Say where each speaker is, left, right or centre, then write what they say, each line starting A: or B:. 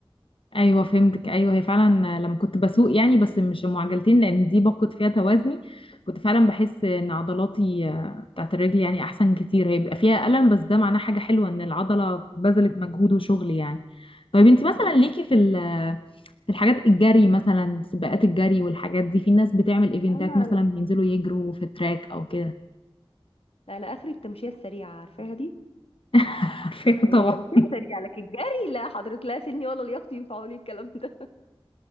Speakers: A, on the left; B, on the left.
A: ايوه فهمتك ايوه هي فعلا لما كنت بسوق يعني بس مش معجلتين لان دي بفقد فيها توازني كنت فعلا بحس ان عضلاتي آه، بتاعت الرجل يعني احسن كتير هي بيبقى فيها الم بس ده معناه حاجه حلوه ان العضله بذلت مجهود وشغل يعني طيب انت
B: ايوه
A: مثلا ليكي في ال في الحاجات الجري مثلا سباقات الجري والحاجات دي في ناس بتعمل ايفنتات
B: انا
A: مثلا بينزلوا يجروا في التراك او كده
B: انا اخري التمشيه السريعه عارفاها دي
A: <laughs> عارفه
B: يعني
A: طبعا
B: تمشيها سريعة لكن جري لا حضرتك لا سني ولا لياقتي ينفعوا لي الكلام ده